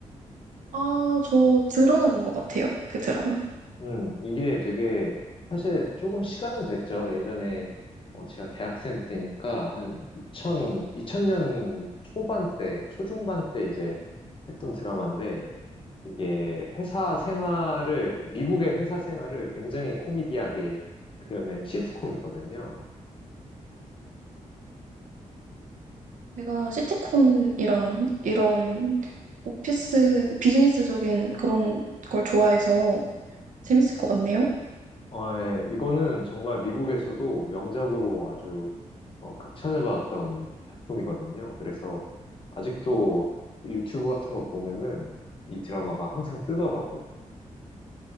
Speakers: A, on the right; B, on the left.
A: 아, 저 드러내 본것 같아요. 그 드라마.
B: 음, 이게 되게, 사실 조금 시간은 됐죠. 예전에, 어, 제가 대학생 때니까, 한 2000, 2000년 초반 때, 초중반 때 이제 했던 드라마인데, 이게 회사 생활을, 미국의 회사 생활을 굉장히 코미디하게 그려낸 시트콤이거든요.
A: 제가 시트콤이랑 이런 오피스, 비즈니스적인 그런 걸 좋아해서 재밌을 것 같네요.
B: 어, 예. 이거는 정말 미국에서도 명작으로 아주 어, 극찬을 받았던 작품이거든요. 그래서 아직도 유튜브 같은 거 보면은 이 드라마가 항상 뜨더라고요.